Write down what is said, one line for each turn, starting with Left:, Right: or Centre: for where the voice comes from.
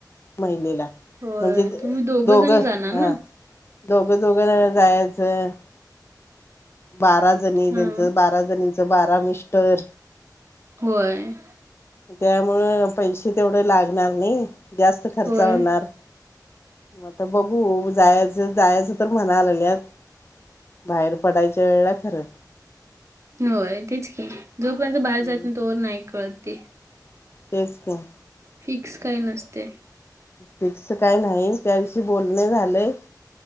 Left: महिलेला
Right: होय,
Left: म्हणजे
Right: तुम्ही
Left: दोघं
Right: जण जाणार ना?
Left: हा <unintelligible> दोघं दोघं जण जायचं. बारा जणी
Right: हां.
Left: त्यांचं बारा जणीचं बारा मिस्टर.
Right: होय.
Left: त्यामुळं पैसे तेवढे लागणार नाही जास्त खर्च
Right: होय,
Left: होणार. आता बघू जायाचं जायचं तर म्हणायला लागल्यात बाहेर पडायच्या वेळेला खरं
Right: होय तेच कि जोपर्यंत बाहेर
Left: हम्म
Right: जात नाही तोवर नाही कळतते.
Left: तेच तर.
Right: फिक्स काय नसते.
Left: फिक्स काय नाही त्याविष बोलणे झालंय.